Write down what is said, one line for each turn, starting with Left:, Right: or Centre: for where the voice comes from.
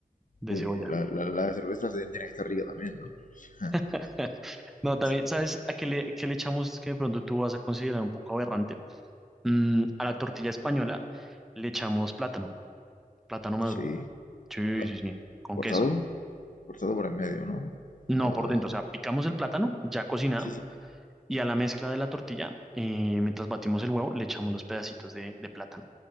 Centre: De
Left: Uy,
Centre: cebolla.
Left: la, la, la cerveza se- tiene que estar rica también, ¿no? <laughs>
Centre: <laughs> No, también,
Left: Sí,
Centre: ¿sabes a qué le, qué le echamos Es que de pronto tú vas a considerar un poco aberrante? Mm, a la tortilla española le echamos plátano, plátano maduro.
Left: sí.
Centre: Sí,
Left: Pla-
Centre: sí, sí, con
Left: Cortado,
Centre: queso.
Left: cortado por en medio, ¿no? Vaya,
Centre: No, por
Left: vaya.
Centre: dentro, o sea, picamos el plátano ya cocinado
Left: Sí, sí.
Centre: y a la mezcla de la tortilla, eh, mientras batimos el huevo, le echamos los pedacitos de, de plátano.